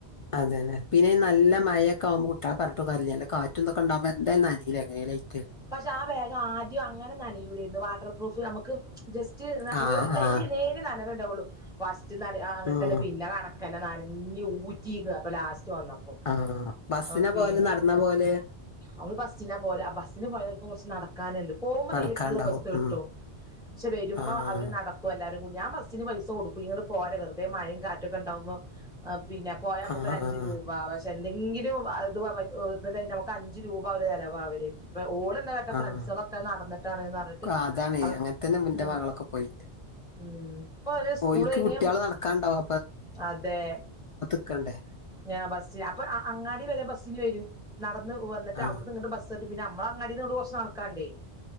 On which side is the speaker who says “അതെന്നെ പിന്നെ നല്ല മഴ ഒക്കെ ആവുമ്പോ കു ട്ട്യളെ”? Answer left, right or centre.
Left